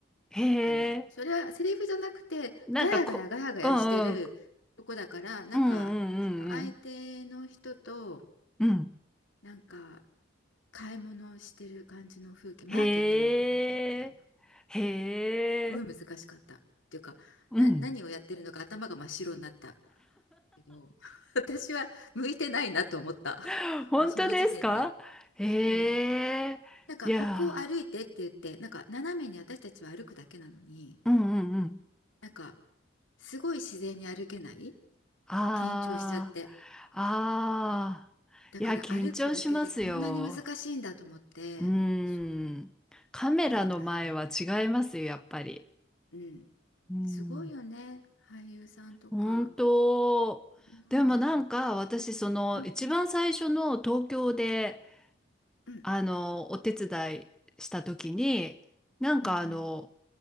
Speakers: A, in the centre; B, on the left (about 80°).
A: へ
B: あの、
A: え、
B: それはセリフじゃなくて、
A: なんかこ、
B: ガヤガヤガヤガヤしてるとこだから、
A: うんうん。
B: なんか、
A: うんうんうん
B: その相手の人と、
A: うん。うん
B: なんか、買い物をしてる感じの風景、マーケットの風景みたいな。
A: へえ、へえ、
B: すごい難しかった。っていうか、
A: うん。
B: な、何をやってるのか頭が真っ白になったけど <laughs> 私は向いてないなと思った <laughs>
A: <laughs> 本当ですかへえ、
B: もうその時点で、うん、なんかここを歩いてって言ってなんか斜めに私たちは歩くだけなのに
A: いやー、うんうんうん。
B: なんかすごい自然に歩けない
A: あ
B: 緊張しちゃって
A: あ、ああ、
B: だから歩くだけでこんなに難しいんだと思ってそう
A: いや、緊張しますよ。うん。カメラの前は違いますよ、
B: だからね
A: やっぱり。
B: うん
A: うん。
B: すごいよね俳優さんとか、
A: 本当。
B: うん、
A: でもなんか、私、その、
B: うんうん
A: 一番最初の東京で、
B: うん
A: あの、お手伝いした時に、なんかあの、
B: うんうん